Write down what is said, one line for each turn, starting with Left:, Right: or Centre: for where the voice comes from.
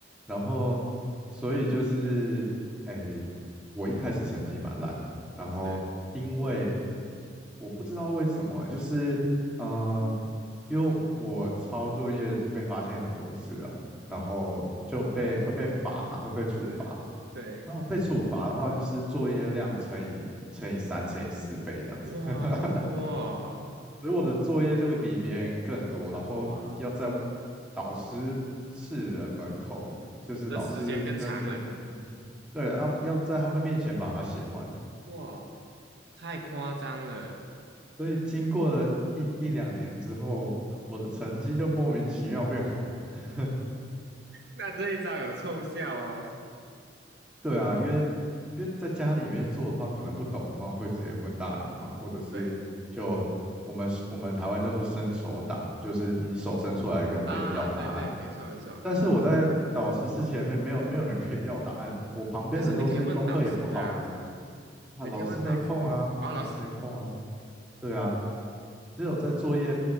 Centre: 然后所以就是，诶，我一开始成绩蛮烂的，然后因为
Right: 是
Centre: 我不知道为什么欸，就是呃，因为我抄作业就被发现很多次啊，然后就被会被罚嘛，会被处罚。
Right: 是，对，
Centre: 然后被处罚的话，就是作业量乘以乘以三乘以四倍这样子。
Right: 哇，
Centre: <laughs>
Right: 那么多哦，
Centre: 所以我的作业就会比别人更多，然后要在
Right: 哇，
Centre: 老师室的门口，就是老师那间，
Right: 这时间更长了，
Centre: 对，要要在他们面前把它写完。
Right: 哇，太夸张了，
Centre: 所以经过了一一两年之后，我的成绩就莫名其妙变好了。
Right: 那这一招有凑效哦，
Centre: 对啊，因为因为在家里面做的话，可能不懂的话会直接问大人嘛，或者是就我们我们台湾叫做伸手党，
Right: 对，
Centre: 就是你手伸出来跟别人要答案。
Right: 嗯啊，对对，没错没错，
Centre: 但是我在导师室前面没有没有人可以要答案，我旁边的都是功课也不好的人，
Right: 可是你可以问导师啊，
Centre: 那老师没空啊，
Right: 你可以问导师，哦，
Centre: 老师没空啊，
Right: 老师，
Centre: 对啊，只有在作业，